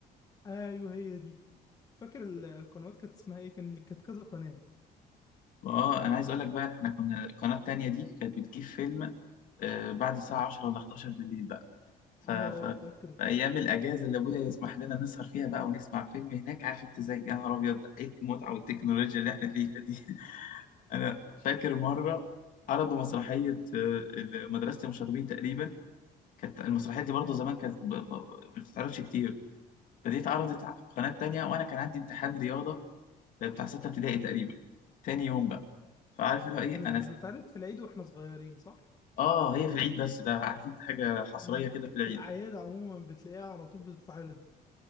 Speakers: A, on the left; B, on the left.
A: ايوه هي دي فاكر القنوات كانت اسمها ايه كان اللي كانت كذا قناه
B: اه انا عايز اقول لك بقى احنا كنا القناه التانيه دي كانت بتجيب فيلم آه، بعد الساعه 10 ولا 11 بالليل بقى ف... ف...
A: اه فاكره
B: في ايام الاجازه اللي ابويا يسمح لنا نسهر فيها بقى ونسمع فيلم هناك عارف انت زي يا نهار ابيض ايه المتعه والتكنولوجيا اللي احنا فيها دي <laughs> انا فاكر مره عرضوا مسرحيه آه، مدرسه المشاغبين تقريبا كانت المسرحيه دي برضه
A: مم.
B: زمان كانت ب... ب... ما بتتعرضش كتير فدي اتعرضت على قناه تانيه وانا كان عندي امتحان رياضه ده بتاع ستة ابتدائي تقريبا تاني يوم بقى فعارف اللي هو ايه
A: كانت
B: انا سيب
A: بتتعرض في العيد واحنا صغيرين صح
B: اه هي في العيد بس ده عارف انت حاجة حصرية
A: مم.
B: كده في العيد
A: في الاعياد عموما بتلاقيها على طول بتتعرض